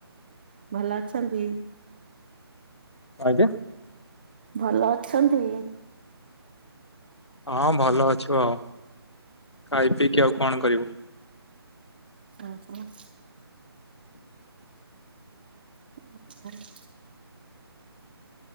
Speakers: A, on the right (about 20°); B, on the left (about 85°).
A: ଭଲ ଅଛନ୍ତି।
B: ଆଜ୍ଞା।
A: ଭଲ ଅଛନ୍ତି।
B: ହଁ ଭଲ ଅଛୁ ଆଉ ଖାଇ ପିଇକି ଆଉ କଣ କରିବୁ।
A: ଆଉ କଁ। <inaudible>